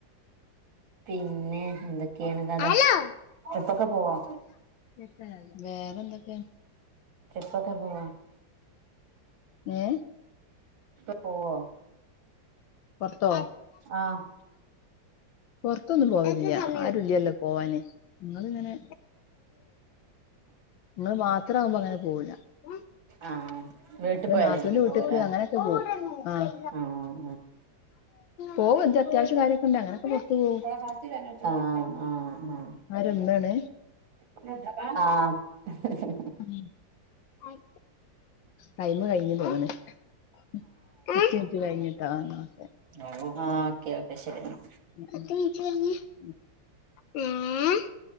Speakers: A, on the right (about 90°); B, on the left (about 80°).
A: പിന്നെ എന്തൊക്കെയാണ് കഥ
B: ഹലോ
A: ട്രിപ്പൊക്കെ പോവാ
B: കേട്ട വേറെ എന്തൊക്കെയാ
A: ട്രിപ്പക്കെ പോവോ
B: ഏഹ്
A: പ്പ് പോവോ
B: പൊറത്തോ
A: ആഹ്
B: പൊറത്തൊന്നും പോവലില്ല ആരുംല്ലല്ലോ പോവാന് ഞങ്ങളിങ്ങനെ ഞങ്ങ മാത്ര ആകുമ്പോ അങ്ങനെ പോവില്ല ഉം
A: ആഹ് വീട്ടിൽ പോയാലായിരിക്കും
B: നാത്തൂന്റെ വീട്ട്ക്ക്
A: പോവല്ലേ
B: അങ്ങനെയൊക്കെ പോവും ആഹ്
A: ആഹ്
B: പോവും എന്താ അത്യാവശ്യ കാര്യൊക്കെ ഇണ്ട് അങ്ങനെയൊക്കെ പുറത്ത് പോവും
A: ആഹ് ആഹ് ആഹ്
B: ആരാ ഇമ്മേണ്
A: ആഹ്
B: ഉം ടൈമ് കഴിഞ്ഞ് തോന്നുന്നു പ ത്ത് മിൻറ്റ് കഴിഞ്ഞിട്ടോ ന്നാ ഓക്കേ
A: ഓ ഓക്കേ ഓക്കെ ശരി എന്നാ
B: <inaudible>